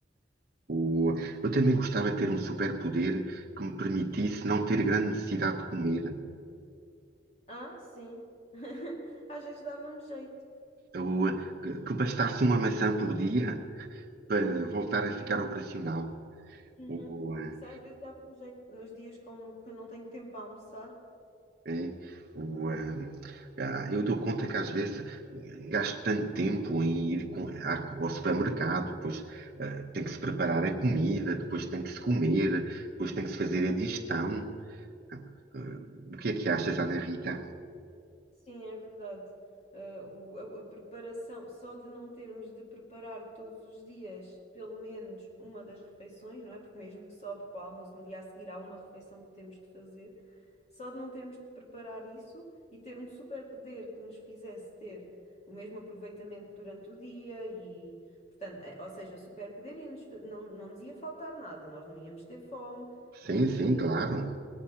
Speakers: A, on the right; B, on the left.
A: O, eu também gostava de ter um superpoder que me permitisse não ter grande necessidade de comer.
B: Ah, sim. <laughs> Às vezes dávamos jeito.
A: O, que bastasse uma maçã por dia para voltar a ficar operacional.
B: Uhum.
A: O, eh,
B: Isso às vezes dávamos jeito. Nos dias como que eu não tenho tempo para almoçar,
A: eh, o, eh, ah, eu dou conta que às vezes eh, gasto tanto tempo em ir com- à- ao supermercado, depois eh, tem que se preparar a comida, depois tem que se comer, depois tem que se fazer a digestão. Eh, o que é que achas, Ana Rita?
B: sim, é verdade. Ah, o- a, a preparação, só de não termos de preparar todos os dias pelo menos uma das refeições, não é? Porque mesmo que sobre para o almoço, no dia a seguir há uma refeição que temos de fazer. Só de não termos de preparar isso e ter um superpoder que nos fizesse ter o mesmo aproveitamento durante o dia e, portanto, eh, ou seja, o superpoder ia-nos fa- não, não nos ia faltar nada, nós não íamos ter fome
A: Sim,
B: e
A: sim,
B: íamos,
A: claro.